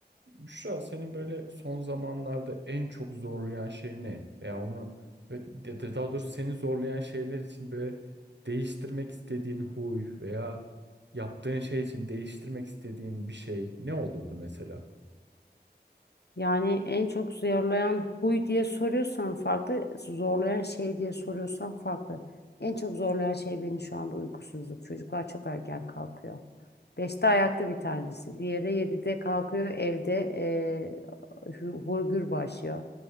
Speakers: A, on the right (about 90°); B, on the left (about 70°).
A: Büşra senin böyle son zamanlarda en çok zorlayan şey ne? Veya onu böyle, ya da daha doğrusu seni zorlayan şeyler için böyle değiştirmek istediğin huy veya yaptığın şey için değiştirmek istediğin bir şey ne olurdu mesela?
B: Yani en çok zorlayan huy diye soruyorsan farklı, zorlayan şey diye soruyorsan farklı. En çok zorlayan şey beni şu anda uykusuzluk. Çocuklar çok erken kalkıyor. Beşte ayakta bir tanesi. Diğeri yedide kalkıyor evde eee hü- hurgür başlıyor.